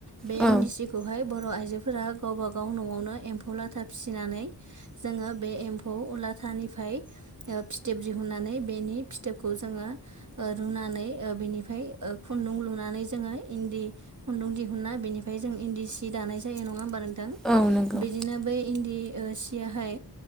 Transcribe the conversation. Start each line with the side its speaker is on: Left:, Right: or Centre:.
Right: बे
Centre: औ
Right: इन्दि सि खौहाय बर' आइजो गावबाागाव न'वावनो एम्फौ लाथा फिसिनानै जोङो बे एम्फौ लाथानिफ्राय फिथोब दिहुननानै बेनि फिथोबखौ जोङो ओ रुनानै ओ बेनिफाय खुन्दुं लुनानै जोङो इन्दि खुन्दुं दिहुना बेनिफ्राय जों इन्दि सि दानाय जायो नङा होमबा बिदिनो
Centre: औ नंगौ
Right: बै इन्दि सियाहाय